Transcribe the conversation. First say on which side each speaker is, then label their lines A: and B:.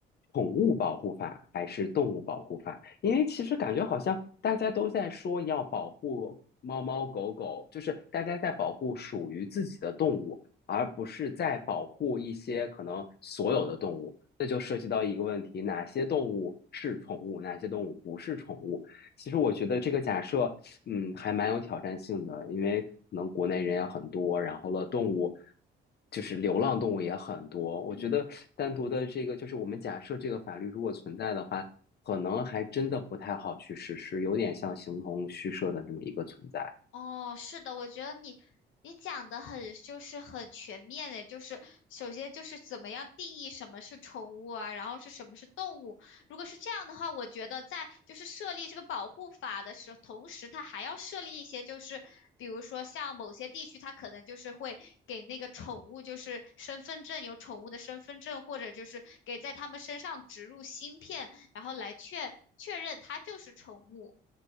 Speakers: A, on the left; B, on the left.
A: 宠物保护法还是动物保护法？因为其实感觉好像大家都在说要保护猫猫狗狗，就是大家在保护属于自己的动物，而不是在保护一些可能所有的动物。那就涉及到一个问题：哪些动物是宠物，哪些动物不是宠物？其实我觉得这个假设，嗯，还蛮有挑战性的，因为可能国内人也很多，然后了动物，就是流浪动物也很多。我觉得单独的这个，
B: 嗯，
A: 就是我们假设这个法律如果存在的话，可能还真的不太好去实施，有点像形同虚设的这么一个存在。
B: 哦，是的，我觉得你你讲的很就是很全面的，就是首先就是怎么样定义什么是宠物啊，然后是什么是动物。如果是这样的话，我觉得在就是设立这个保护法的时候，同时它还要设立一些就是比如说像某些地区，它可能就是会给那个宠物就是身份证有宠物的身份证，或者就是给在它们身上植入芯片，然后来确确认它就是宠物。